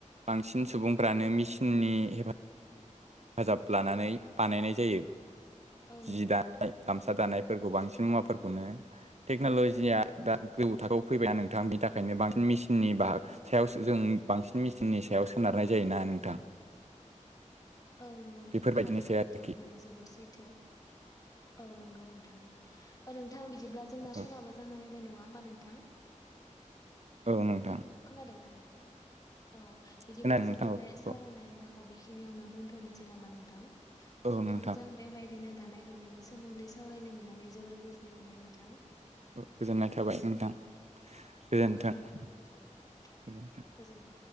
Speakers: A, on the right; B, on the left.
A: बांसिन सुबुंफ्रानो मिसिननि हेफा जाब लानानै बानायनाय जायो
B: औ नंगौ
A: जि दानाय
B: नोंथां
A: गामसा दानाय फोरखौ बांसिन मुवाफोरखौनो टेक्न'ल'जिया दा गोजौ थाखोआव फैबाय नोंथां बिनि थाखायनो बांसिन मेचननि बा सायाव जों बांसिन मेचननि सायाव सोनारनाय जायोना नोंथां
B: <inaudible> औ नंगौ नोंथां
A: बेफोरबायदिनोसै
B: थारैनो नोंथां
A: आरोखि
B: बुंनाया जोबोद सैथो औ नंगौ औ नोंथां नोंथां बिदिब्ला जोंना
A: औ
B: समाबो जाना फैबाय नङा होमबा नोंथां
A: औ नोंथां
B: खोनादोंना नोंथां औ बिदिब्ला
A: खोनादों
B: जोंनि
A: नोंथां औ
B: सावरायनाय
A: औ
B: आयदाखौ खौ बेखिनियावनो दोनथ'नोसै नामा नोंथां
A: औ
B: नोंथांजों
A: नोंथां
B: बेबायदिनो दानाय लुनायनि सोमोन्दै सावरायनो मोननानै जोबोर गोजोननाय मोनबाय नोंथां
A: गोजोननाय थाबाय नोंथां गोजोनथों
B: औ गोजोननाय थाबाय
A: गोजोनथों
B: नोंथां औ गोजोन्थों